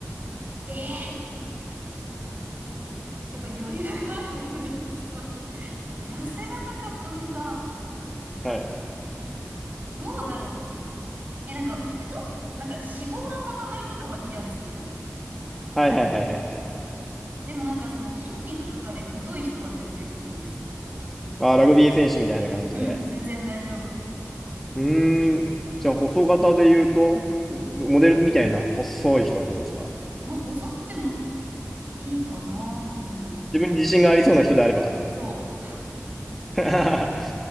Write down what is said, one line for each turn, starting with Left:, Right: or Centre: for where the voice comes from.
Right: ええやっぱ余裕がある方がいい。<laughs> ちょっと待って。痩せ型か太めか。
Centre: はい。
Right: どうだろう。え、なんか、太っ、なんか脂肪の塊とかは嫌ですね。
Centre: はいはいはいはいはい。
Right: でもなんかその筋肉とかで太い人は全然いいです。
Centre: あー、ラグビー選手みたいな感じで。
Right: うん、全然大丈夫。
Centre: うーん。じゃあ、細型で言うと、んモデルみたいな細い人はどうですか
Right: まあ、細くてもいいかな、全然。
Centre: 自分に自信がありそうな人であれば。
Right: そう。
Centre: <laughs>